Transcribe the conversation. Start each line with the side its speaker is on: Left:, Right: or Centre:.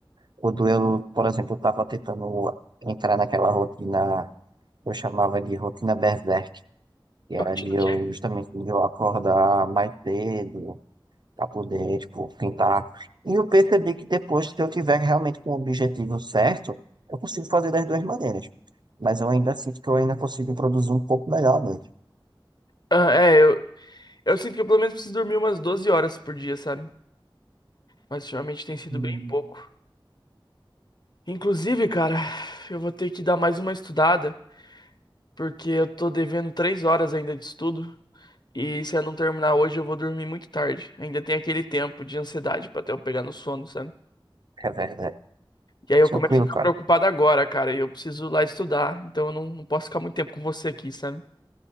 Right: O duelo, por exemplo, estava tentando entrar naquela rotina que eu chamava de rotina berserk, que era
Left: Rotina
Right: de
Left: o quê?
Right: eu justamente de eu acordar mais cedo para poder, tipo, tentar. E eu percebi que depois, se eu tiver realmente com o objetivo certo, eu consigo fazer das duas maneiras. Mas eu ainda sinto que eu ainda consigo produzir um pouco melhor à noite.
Left: Ah, é, eu, eu sinto que eu pelo menos preciso dormir umas 12 horas por dia, sabe? Mas ultimamente tem sido
Right: Hum,
Left: bem pouco. Inclusive, cara, eu vou ter que dar mais uma estudada, porque eu tô devendo três horas ainda de estudo. E se eu não terminar hoje, eu vou dormir muito tarde. Ainda tem aquele tempo de ansiedade pra até eu pegar no sono, sabe?
Right: É verdade.
Left: E aí eu
Right: Tranquilo,
Left: começo a ficar
Right: cara.
Left: preocupado agora, cara, e eu preciso lá estudar. Então eu não, não posso ficar muito tempo com você aqui, sabe?